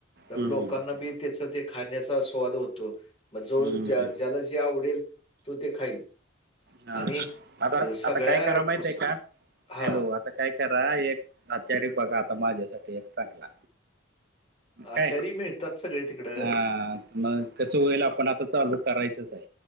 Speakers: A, on the left; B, on the right.
A: तर
B: हम्म
A: लोकांना
B: हम्म हम्म.
A: बी त्याच ते खाण्याचा स्वाद होतो. मग जो
B: हम्म,
A: ज्या
B: हम्म.
A: ज्याला जे आवडेल तो ते खाईल.
B: हा
A: आणि
B: आता
A: अ, सगळ्या
B: आता काय कराय माहित
A: फस
B: आहे का,
A: हां.
B: हॅलो आत आता काय करा एक आचारी बघा आता माझ्यासाठी एक चांगला.
A: आचारी
B: हाय
A: मिळतात सगळे तिकडं.
B: ना म कसं होईल आपण आता चालू करायचंच आहे